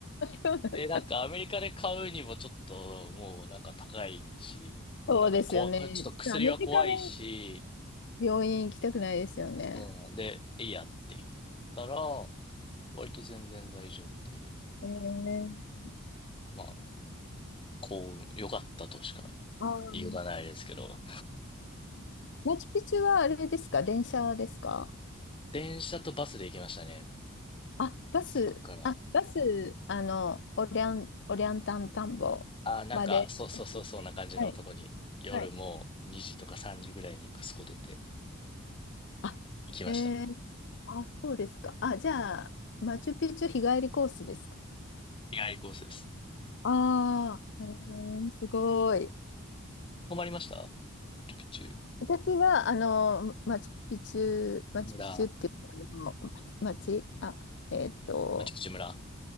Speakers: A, on the left (about 60°); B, on the left (about 25°).
A: そうなん
B: で、なんかアメリカで買うにもちょっともうなんか高いし、
A: そうですよね。
B: なんか怖、ちょっと薬は怖いし、
A: ちょっとアメリカで病院行きたくないですよね。
B: そうなんで、えいやって言ったら、割と全然大丈夫で、
A: えー
B: まあ、幸運、良かったとしか
A: ああ、うん。
B: 言いようがないですけど、
A: マチュピチュはあれですか電車ですか
B: 電車とバスで行きましたね、
A: あ、バス、
B: クスコから。
A: あ、バス、あの、オリアン、オリアンタン田んぼまで。
B: ああ、なんか、そうそうそう、そんな感じのとこに、
A: はい、
B: 夜もう2時とか3時ぐらいにクスコ出て
A: はい。あ、
B: 行きました。
A: えー、あ、そうですか。あ、じゃあ、マチュピチュ日帰りコースですか
B: 日帰りコースです。
A: ああ、えー、すごい。
B: 泊まりましたマチュピチュ
A: 私は、あの、マチュピチュ、マチュピチュっていうか、
B: 村、
A: あの、ま町、あ、えっと、
B: マチュピチュ村。